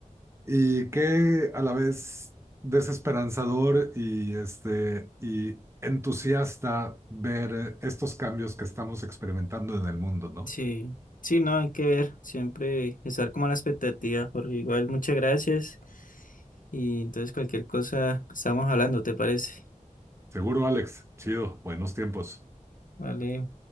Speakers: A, on the right; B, on the left.
A: Y qué a la vez desesperanzador y, este, y entusiasta ver estos cambios que estamos experimentando en el mundo,
B: <laughs>
A: ¿no?
B: sí, sí, no, hay que ver, siempre estar como a la expectativa, porque igual muchas gracias, y entonces cualquier cosa estamos hablando, ¿te parece?
A: Seguro, Alex. Chido, buenos tiempos.
B: Vale.